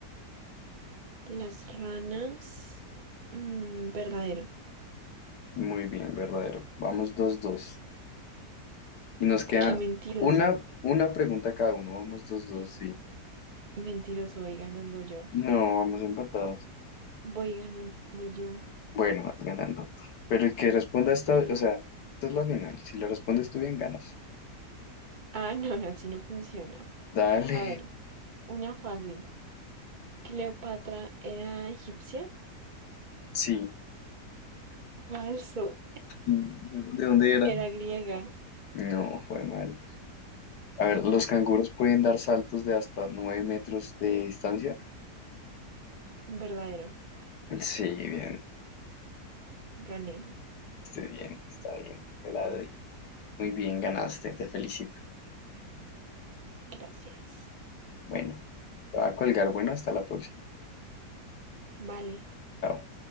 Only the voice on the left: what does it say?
Muy bien, verdadero. Vamos dos dos. Y nos queda
una, una pregunta cada uno. Vamos dos dos sí.
No, vamos empatados.
Bueno, vas ganando. Pero el que responda esta,
o sea, esta es la final. Si la respondes tú bien, ganas.
Dale.
Sí.
¿De dónde era?
No, fue madre. A ver, ¿los canguros pueden dar saltos de hasta 9 metros de distancia?
Sí, bien,
estoy bien, está bien, te la doy. Muy bien, ganaste, te felicito.
Bueno, te va a colgar. Bueno, hasta la próxima.
Chao.